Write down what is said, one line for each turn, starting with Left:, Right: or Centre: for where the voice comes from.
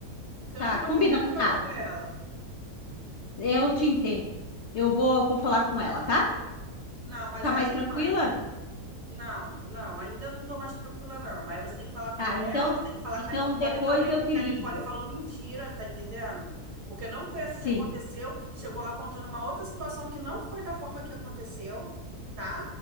Right: Porque eu
Left: Tá,
Right: não vou
Left: combinado,
Right: ter cara de olhar para
Left: filho.
Right: ela.
Left: Eu te entendo. Eu vou, vou falar com ela, tá?
Right: Não, mas
Left: Tá
Right: aí,
Left: mais tranquila?
Right: mãe. Não, não, ainda não tô mais tranquila, não. Aí você tem que falar com
Left: Tá,
Right: ela,
Left: então,
Right: você tem que falar
Left: então
Right: com a Nicole
Left: depois
Right: também,
Left: eu
Right: porque
Left: te ligo.
Right: a Nicole falou mentira, tá entendendo? Porque não foi assim
Left: Sim,
Right: que aconteceu. Chegou lá contando uma outra situação que não foi da forma que aconteceu, tá?